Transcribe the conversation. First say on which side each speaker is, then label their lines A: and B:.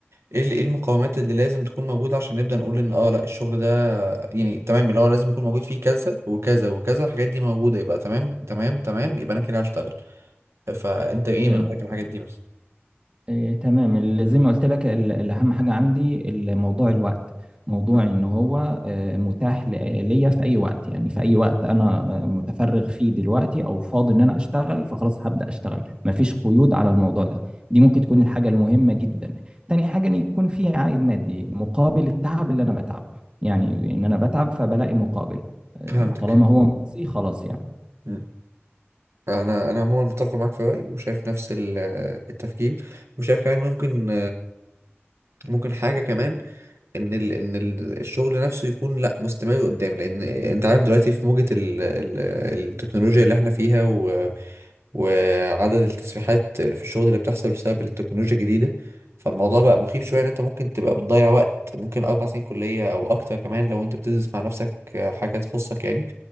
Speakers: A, on the right (about 80°); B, on the right (about 25°).
A: ايه ال- ايه المقومات اللي لازم تكون موجوده عشان نبدا نقول ان اه لا الشغل ده يعني تمام اللي هو لازم يكون موجود فيه كذا وكذا وكذا الحاجات دي موجوده يبقى تمام تمام تمام يبقى انا كده هشتغل فانت ايه
B: آه،
A: من رايك الحاجات دي مثلا
B: آه، تمام ال- زي ما قلت لك ال- الأهم حاجة عندي ال- موضوع الوقت موضوع
A: مم.
B: إن هو آه، متاح ل- ليا في أي وقت يعني في أي وقت أنا آه، متفرغ فيه دلوقتي أو فاضي إن أنا أشتغل فخلاص هبدأ أشتغل مفيش قيود على الموضوع ده دي ممكن تكون الحاجة المهمة جدا تاني حاجة إن يكون في عائد مادي مقابل التعب اللي أنا بتعبه يعني إن أنا بتعب فبلاقي مقابل آه،
A: فهمتك
B: طالما هو مجزي خلاص يعني
A: مم. انا انا عموما متفق معاك في رايي وشايف نفس ال- التفكير وشايف كمان ممكن ممكن حاجه كمان ان ال ان ال الشغل نفسه يكون لا مستمر قدام لان انت عارف دلوقتي في موجة ال ال التكنولوجيا اللي احنا فيها و وعدد التسريحات في الشغل اللي بتحصل بسبب التكنولوجيا الجديدة فالموضوع بقى مخيف شوية ان انت ممكن تبقى بتضيع وقت ممكن اربع سنين كلية او اكتر كمان لو انت بتدرس مع نفسك حاجة تخصك يعني